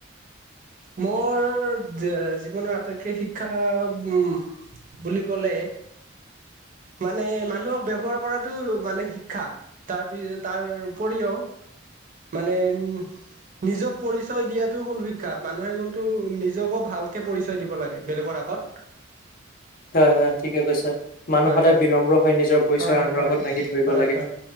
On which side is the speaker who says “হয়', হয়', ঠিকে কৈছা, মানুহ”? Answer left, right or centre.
Left